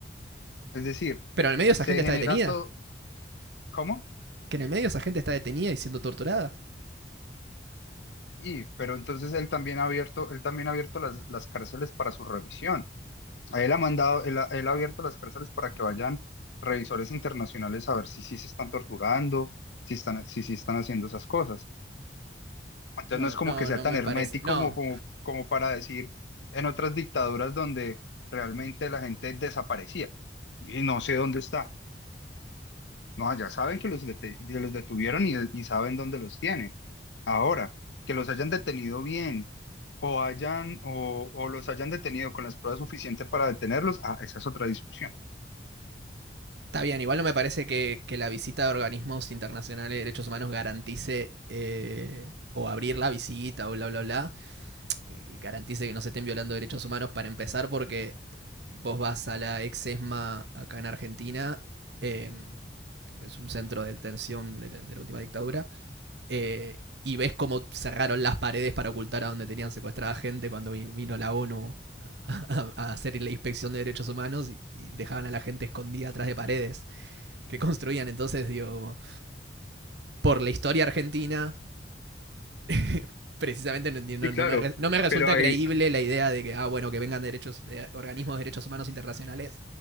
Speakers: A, on the left; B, on the right.
A: Es decir,
B: Pero en el medio esa
A: se
B: gente
A: genera
B: está detenida.
A: todo, ¿cómo?
B: Que en el medio esa gente está detenida y siendo torturada.
A: Y, pero entonces él también ha abierto, él también ha abierto las, las cárceles para su revisión. A Él ha mandado, él ha, él ha abierto las cárceles para que vayan revisores internacionales a ver si sí se están torturando, si están, si sí están haciendo esas cosas. Entonces
B: No,
A: no es como
B: no,
A: que sea
B: no
A: tan
B: me
A: hermético
B: parece. No,
A: como, como, como para decir en otras dictaduras donde realmente la gente desaparecía y no sé dónde está. No, ya saben que los, dete- que los detuvieron y, y saben dónde los tienen. Ahora, que los hayan detenido bien o hayan o, o los hayan detenido con las pruebas suficientes para detenerlos, ah, esa es otra discusión.
B: está bien, igual no me parece que, que la visita de organismos internacionales de derechos humanos garantice eh, o abrir la visita o bla, bla, bla. eh, garantice que no se estén violando derechos humanos para empezar, porque vos vas a la ex ESMA acá en Argentina, eh, es un centro de detención de la, de la última dictadura, eh, y ves cómo cerraron las paredes para ocultar a donde tenían secuestrada gente cuando vino la ONU a, a- a hacer la inspección de derechos humanos y, y dejaban a la gente escondida atrás de paredes que construían. Entonces, digo, por la historia argentina <laughs> precisamente no, no-
A: Sí,
B: no
A: claro,
B: me, no me resulta
A: pero ahí,
B: creíble la idea de que, ah, bueno, que vengan derechos, eh, organismos de derechos humanos internacionales,